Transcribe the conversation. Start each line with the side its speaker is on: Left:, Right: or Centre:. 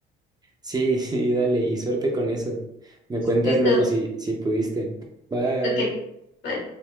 Right: Sí, <laughs> sí, dale, y suerte con eso. Me cuentas
Left: Listo,
Right: luego si, si pudiste. Bye.
Left: ok. bye.